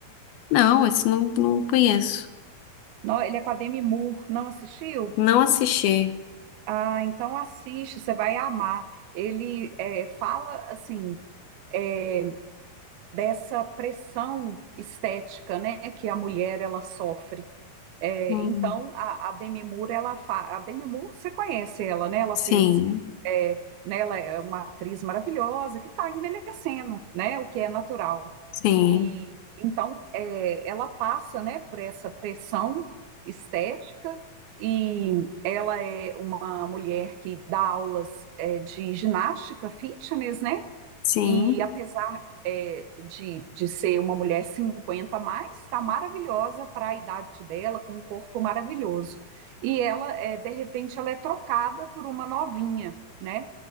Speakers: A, on the left; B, on the right.
A: Não, esse não, não conheço.
B: Não, ele é com a Demi Moore. Não assistiu?
A: Não assisti.
B: Ah, então assiste, você vai amar. Ele é, fala assim é, dessa pressão estética, né, que a mulher ela sofre. É,
A: Hum,
B: então, a, a Demi Moore, ela fa... a Demi Moore, você conhece ela, né? Ela
A: sim,
B: fez, é, né? Ela é uma atriz maravilhosa que está envelhecendo, né? O que é natural.
A: sim,
B: E então, é, ela passa, né? Por essa pressão estética e ela é uma mulher que dá aulas é, de ginástica, fitness, né?
A: sim.
B: E apesar é, de, de ser uma mulher 50, a mais, está maravilhosa para a idade dela, com um corpo maravilhoso. E ela, é, de repente, ela é trocada por uma novinha, né?